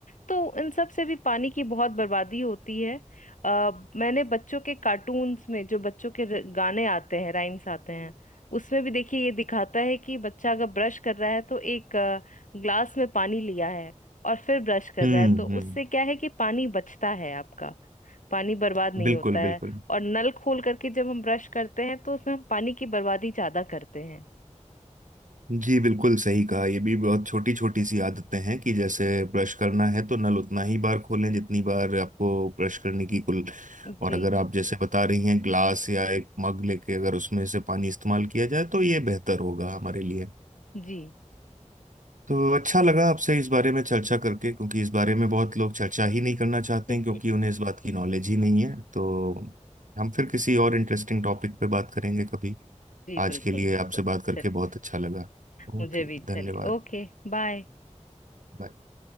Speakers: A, on the left; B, on the right.
A: तो इन सब से भी पानी की बहुत बर्बादी होती है आ, मैंने बच्चों के कार्टून्स में जो बच्चों के र- गाने आते हैं राइम्स आते हैं उसमें भी देखिए ये दिखाता है कि बच्चा अगर ब्रश कर रहा है तो एक अ, ग्लास में पानी लिया है और फिर ब्रश कर
B: हम्म
A: रहा है तो उससे
B: हम्म
A: क्या है कि पानी बचता है आपका पानी बर्बाद नहीं
B: बिल्कुल
A: होता है
B: बिल्कुल
A: और नल खोल करके जब हम ब्रश करते हैं तो उसमें हम पानी की बर्बादी ज्यादा करते हैं
B: जी बिल्कुल सही कहा ये भी बहुत छोटी छोटी सी आदतें हैं कि जैसे ब्रश करना है तो नल उतना ही बार खोलें जितनी बार आपको ब्रश करने की कुल
A: जी
B: और अगर आप जैसे बता रही हैं ग्लास या एक मग लेके अगर उसमें से पानी इस्तेमाल किया जाए तो ये बेहतर होगा हमारे लिए
A: जी
B: तो अच्छा लगा आपसे इस बारे में चर्चा करके क्योंकि इस बारे में बहुत लोग चर्चा ही नहीं करना चाहते
A: <laughs> जी
B: हैं क्योंकि उन्हें इस बात की नॉलेज ही नहीं है तो हम फिर किसी और इंटरेस्टिंग टॉपिक पे बात करेंगे कभी आज
A: बिल्कुल
B: के लिए
A: बिल्कुल
B: आपसे बात करके
A: चलिए
B: बहुत अच्छा लगा
A: मुझे
B: ओके
A: भी
B: धन्यवाद
A: चलिए ओके बाय
B: Bye.